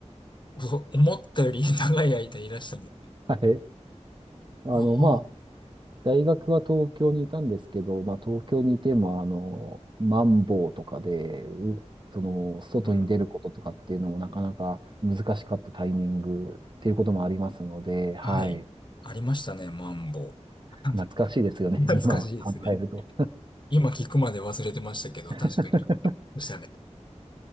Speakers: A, on the left (about 40°); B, on the right (about 40°).
A: お思ったより <laughs> 長い間いらしたね。
B: はい。あの、
A: ああ、
B: まあ、大学は東京にいたんですけど、まあ、東京にいても、あの、マンボウとかで、うその、外に出ることとかっていうのもなかなか難しかったタイミングっていうこともありますので、
A: うん。うん
B: はい。
A: はい。ありましたね、マンボウ。<laughs>
B: 懐かしいですよね、
A: 懐かしいですね。
B: 今考えると。
A: 今聞くまで忘れてましたけど、確かに。
B: <laughs>
A: でしたね。